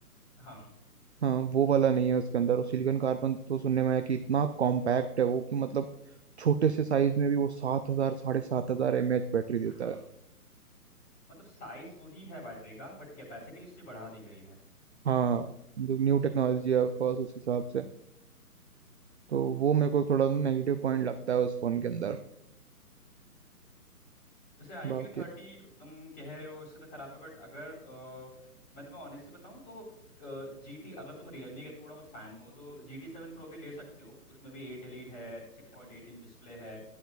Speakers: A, on the left; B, on the right.
A: हाँ
B: हाँ वो वाला नहीं है उसके अंदर और सिलिकॉन कार्बन तो सुनने में आया कि इतना कॉम्पैक्ट है वो कि मतलब छोटे से साइज में भी वो सात हजार साढ़े सात हजार एम एच बैटरी देता
A: हाँ
B: है
A: मतलब साइज वही है बैटरी का बट कैपेसिटी उसकी बढ़ा दी गई है
B: हाँ न्यू टेक्नोलॉजी है ऑफकोर्स उस हिसाब से तो वो मेरे को थोड़ा नेगेटिव पॉइंट लगता है उस फोन के अंदर
A: वैसे आई
B: बाकी
A: क्यू थर्टी तुम कह रहे हो वैसे तो खराब है बट अगर अ, मैं तुम्हें ऑनेस्टली बताऊं तो जी टी अगर तुम रियलमी के थोड़ा बहुत फैन हो तो जी टी सेवन प्रो भी ले सकते हो उसमें भी एट एलीट है सिक्स पॉइंट एट इंच डिस्प्ले है